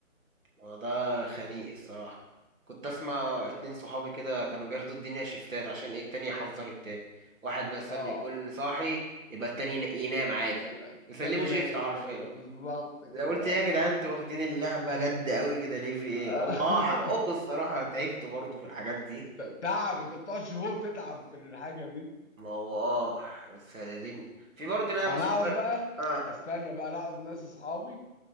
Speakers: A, on the right; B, on the left.
A: وده خنيق الصراحة كنت أسمع اتنين صحابي كده كانوا بياخدوا الدنيا شفتات عشان إيه التاني يحذر التاني واحد مثلا
B: اه
A: يكون صاحي يبقى التاني ين- ينام عادي
B: يبقى التاني
A: يسلموا شيفت
B: نايم
A: حرفيا
B: ايوه بالظبط كده
A: ده قلت إيه يا جدعان انتوا واخدين اللعبة جد أوي كده ليه في إيه
B: اه
A: أو آه حقكوا الصراحة تعبت برضه في الحاجات دي
B: <laughs> طب تعب انت بتقعد شهور تتعب في الحاجه دي
A: ما هو آه بس هتدني في برضه لعبة
B: انا
A: سربايف
B: اعرف بقى
A: آه
B: استنى بقى انا اعرف ناس اصحابي